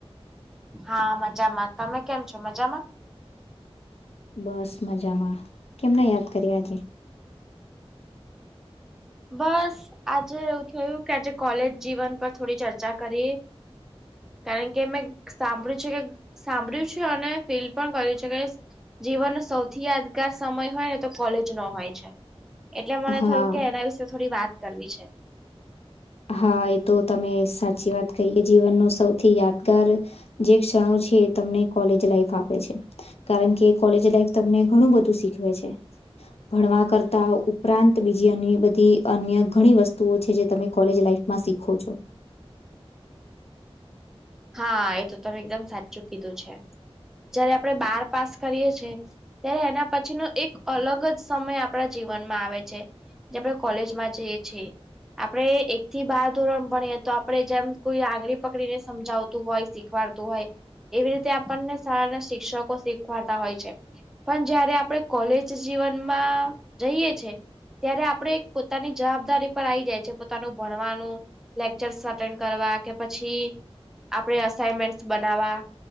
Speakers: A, in the centre; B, on the left.
A: હા મજામાં તમે કેમ છો મજામાં.
B: બસ મજામાં કેમને યાદ કર્યા આજે.
A: બસ આજે એવું થયું કે આજે કોલેજ જીવન પર થોડી ચર્ચા કરીએ કારણ કે મેં સાંભળ્યું છે કે સાંભળ્યું છે અને ફીલ પણ કર્યું છે કે. જીવનનો સૌથી યાદગાર સમય હોય ને તો કોલેજ નો હોય છે. એટલે મને
B: હા
A: થયું કે એના વિશે થોડી વાત કરવી છે.
B: હા એ તો તમે સાચી વાત કહી કે જીવનનો સૌથી યાદગાર જે ક્ષણો છે એ તમને કોલેજ લાઈફ આપે છે. કારણ કે કોલેજ લાઈફ તમને ઘણું બધું શીખવે છે ભણવા <unintelligible> ઉપરાંત બીજી બધી અન્ય ઘણી વસ્તુઓ છે જે તમે કોલેજ લાઈફમાં શીખો છો.
A: હા એ તો તમે એકદમ સાચું કીધું છે જયારે આપડે બાર પાસ કરીયે છે. ત્યારે એના પછીનો એક અલગ જ સમય આપણા જીવનમાં આવે છે. જે આપણે કોલેજમાં જઈએ છીએ એ. આપણે એક થી બાર ધોરણ ભણીએ તો આપડે જેમ કોઈ આંગળી પકડીને સમજાવતું હોય શીખવાડતું હોય એવી રીતે આપણને શાળા ના શિક્ષકો <unintelligible> વાડતા હોય છે પણ જયારે આપણે કોલેજ જીવનમાં જઈએ છે. ત્યારે આપડે પોતાની જવાબદારી પર આવી જાય છે પોતાનું ભણવાનું. લેક્ચર્સ એટેન્ડ કરવા કે પછી. આપડે અસાઈનમેન્ટ બનાવવા